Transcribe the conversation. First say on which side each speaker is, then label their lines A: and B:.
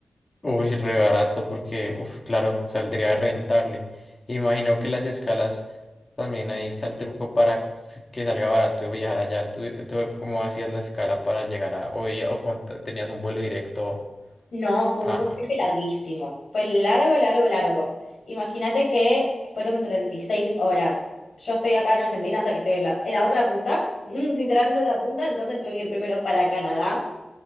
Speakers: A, on the left; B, on the left.
A: uy, re barato porque, uf, claro, saldría rentable. Imagino que las escalas también ahí está el truco para s- que salga barato viajar allá. ¿Tú, tú cómo hacías la escala para llegar a hoy o con- tenías un vuelo directo
B: No, fue
A: a...
B: un fue un viaje larguísimo. Fue largo, largo, largo. Imagínate que fueron 36 horas. Yo estoy acá en Argentina, o sea que estoy en la, en la otra punta, <laughs> literalmente otra punta, entonces tuve que ir primero para Canadá